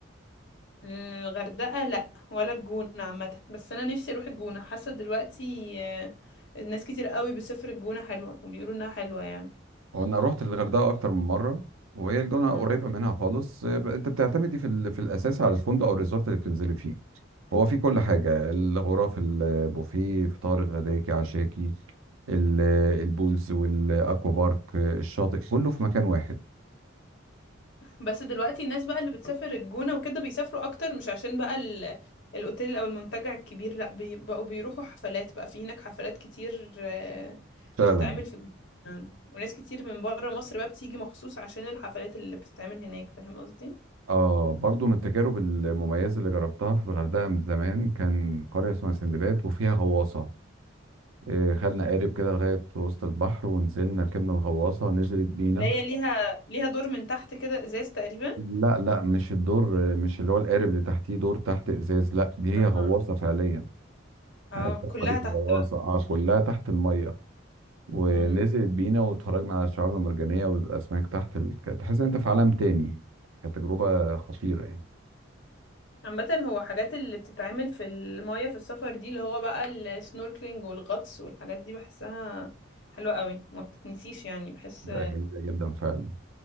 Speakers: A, on the left; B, on the right.
A: الغردقة لا ولا الجونة عامة بس انا نفسي اروح الجونة حاسة دلوقتي آه، الناس كتير قوي بتسافر الجونة حلوة وبيقولوا انها حلوة يعني
B: وانا رحت الغردقه اكتر من مره وهي الجونه
A: مم.
B: قريبه منها خالص آه، انت بتعتمدي في ال- في الاساس على الفندق او الريزورت اللي بتنزلي فيه هو في كل حاجه الغرف البوفيه فطار غداكي عشاكي ال- البولز والاكوا بارك آه، الشاطئ كله في مكان واحد
A: بس دلوقتي الناس بقى اللي بتسافر الجونة وكده بيسافروا اكتر مش عشان بقى ال... الاوتيل او المنتجع الكبير لا بي... بقوا بيروحوا حفلات بقى في هناك حفلات كتير آه،
B: فعلا
A: بتتعمل في الجونة يعني وناس كتير من بره مصر بقى بتيجي مخصوص عشان الحفلات اللي بتتعمل هناك فاهم قصدي
B: اه برضو من التجارب المميزه اللي جربتها في الغردقه من زمان كان قريه اسمها سندباد وفيها غواصه آه، خدنا قارب كده لغايه وسط البحر ونزلنا ركبنا الغواصه نزلت بينا
A: اللي هي ليها ليها دور من تحت كده ازاز تقريبا
B: لا لا مش الدور مش اللي هو القارب اللي تحتيه دور تحت ازاز لا دي هي
A: اه
B: غواصه فعليا
A: آه،
B: آه،
A: كلها
B: سبمارين
A: تحت
B: غواصه
A: بقى
B: اه كلها تحت الميه ونزلت
A: مم.
B: بينا واتفرجنا على الشعاب المرجانيه والاسماك تحت ال... كانت تحس ان انت في عالم تاني كانت تجربه خطيره يعني
A: عامة هو حاجات اللي بتتعمل في المية في السفر دي اللي هو بقى السنوركلينج والغطس والحاجات دي بحسها حلوة قوي ما بتتنسيش يعني بحس
B: ده جميله جدا فعلا